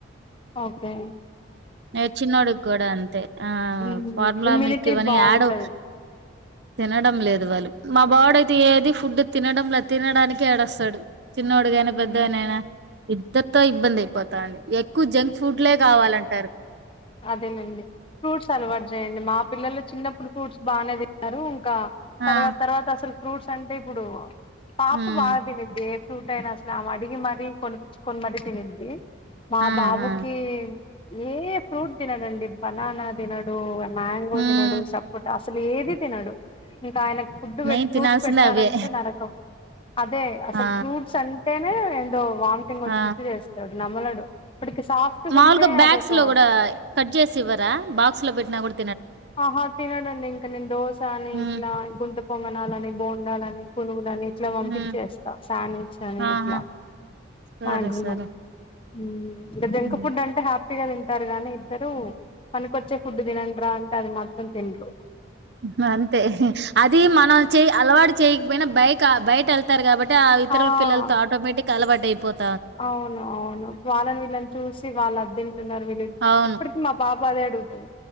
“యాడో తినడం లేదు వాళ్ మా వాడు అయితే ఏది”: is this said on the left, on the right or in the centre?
Right